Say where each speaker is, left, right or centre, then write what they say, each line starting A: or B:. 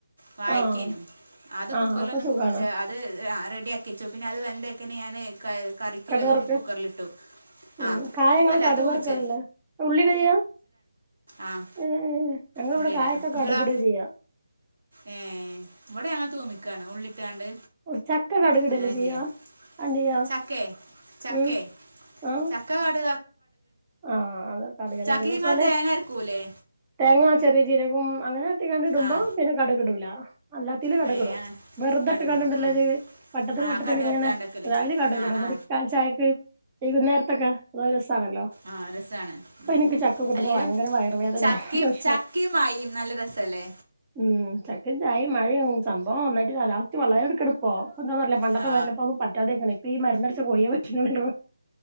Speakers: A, on the right (about 65°); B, on the right (about 15°).
A: വായക്കാനു
B: ആഹ്
A: അത്
B: ആഹ്
A: കുക്കറിൽ
B: അപ്പൊ
A: ഒന്ന്
B: സുഖാണ്
A: കുകിച്ച അ റെഡി ആക്കിച്ചു പിന്നെ അത് വെന്തക്കെനെ ഞാൻ കറിക്ക്‌ള്ളതും
B: കടുക് വറുക്ക്
A: കുക്കറിലിട്ടു
B: ഉം
A: ആ
B: കായങ്ങൾ
A: അല്ല
B: കടുക്
A: തൂമിച്ച്
B: വറക്കല്ണ്ടൊ ഉള്ളി ഇടുക ചെയ്യാ
A: ആഹ്
B: ഏഹ് ഞങ്ങളിവിടെ
A: ഉള്ളീടാ
B: കായൊക്കെ കടുകിടാ
A: ങ്ങളൊ
B: ചെയ്യാ
A: ഏ ഇവ്ടെ ഞങ്ങൾ തൂമിക്കയാണ് ഉള്ളിട്ടാണ്ട്
B: ഉം ചക്ക കടുക് ഇട്ല്ലേ
A: അങ്ങനെ
B: ചെയ്യാ
A: ചെയ്യാം
B: അന്തേയ്യ്
A: ചക്കേ ചക്കേ
B: ഉം ആഹ്
A: ചക്ക കട്
B: ആഹ് അതൊ കട്ക് ന്നെ
A: ചക്കയ്ക്ക്
B: ഇടല് ഇതേ
A: നിങ്ങൾ
B: പോലെ
A: തേങ്ങ അരക്കൂലേ
B: തേങ്ങാ ചെറിയ ജീരകം അങ്ങനെ ട്ടിങ്ങാണ്ട് ഇടുമ്പോ
A: ആ
B: പിന്നെ കട്കിടൂല അല്ലാത്തില്
A: ഏ
B: കട്കിടും
A: ആ
B: വെറുതെ
A: കടുകടും
B: ട്ട്ങ്ങാണ്ട് ണ്ടല്ലോ
A: ആ
B: ഒര് വട്ടത്തില്
A: ആ
B: വട്ടത്തില്
A: കടുക്
B: ഇങ്ങനെ
A: എടുത്ത് കണ്ടക്കല്
B: അതായല് കട്ക്
A: ആ
B: ഇടും
A: ആ
B: ഇട്ടാ ചായക്ക് വൈകുന്നേരത്തൊക്കെ അത് രസാണല്ലോ
A: ആഹ് രസമാണ്
B: ഇപ്പൊ
A: ഉം
B: എനിക്ക് ചക്ക കൂട്ടുമ്പോ
A: അല്ലെങ്കിലും
B: ഭയങ്കര വയറുവേദന പ്രശ്നം
A: ചക്കിം മാങ്ങിമം നല്ല രസല്ലേ
B: ഉം ചക്കേം ചായിം മഴെയും സംഭവം ഒന്നായിട്ട് കാലാവസ്ഥ വളരെ എടുക്കെടുപ്പോ എന്താന്നറിയില്ല പണ്ടത്തെ
A: ആ
B: വല്ലപ്പോ പറ്റാതായ്ക്ക്ണ് ‌ ഇപ്പ ഈ മര്ന്നടിച്ച കോഴിയെ പറ്റുന്നോള്ളൂറോ